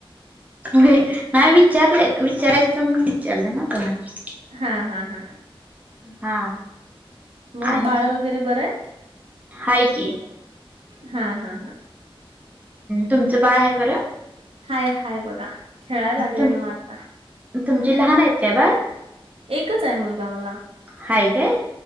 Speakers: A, on the right; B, on the right.
A: नाही विचारले, विचारायचं म्हणून विचारलं ना तुम्हाला.
B: हा हा हा.
A: हा.
B: म
A: आणि
B: बाळ वगैरे बरं आहे?
A: हाय की.
B: हा हा हा.
A: तुमचं बाळ आहे बरं?
B: हाय हाय बघा. खेळायला लागले
A: तुम
B: ना आता.
A: तुमचे लहान आहेत काय बाळ?
B: एकच आहे मुलगा मला.
A: हाय काय.